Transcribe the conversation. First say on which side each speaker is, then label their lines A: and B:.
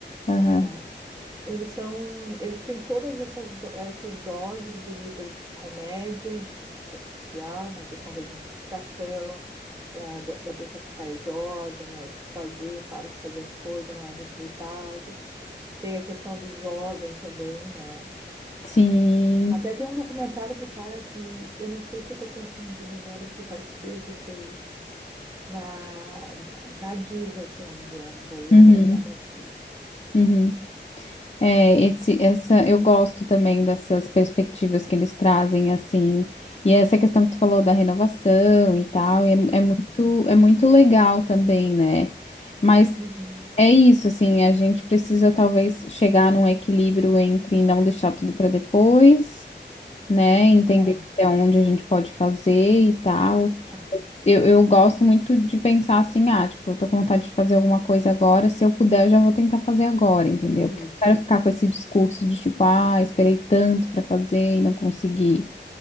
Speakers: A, on the left; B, on the right.
A: aham,
B: né, eles são, eles têm todas essas, do- essas doses bonitas de comédia, de crítica social, né? A questão da gentrificação, da, da, da pessoa ficar idosa, né? O que fazer, para de fazer as coisas, não é respeitado. Tem a questão do jovem também, né?
A: sim,
B: Até tem um documentário do cara que, eu não sei se eu tô confundindo agora, do cara que fez esse aí, na, na Disney, se não me engano, daí
A: uhum,
B: não é na Netflix.
A: uhum. É, esse, essa, eu gosto também dessas perspectivas que eles trazem, assim, e essa questão que tu falou da renovação e tal, e é, é
B: Uhum.
A: muito, é muito legal também, né? Mas
B: Uhum.
A: é isso, assim, a gente precisa talvez chegar num equilíbrio entre não deixar tudo para depois, né? Entender
B: É,
A: até onde a gente pode fazer e tal.
B: aham.
A: Eu, eu gosto muito de pensar assim, ah, tipo, eu tô com vontade de fazer alguma coisa agora, se eu puder, eu já vou tentar fazer agora, entendeu?
B: Isso.
A: Porque eu não quero ficar com esse discurso de tipo, ah, esperei tanto pra fazer e não consegui.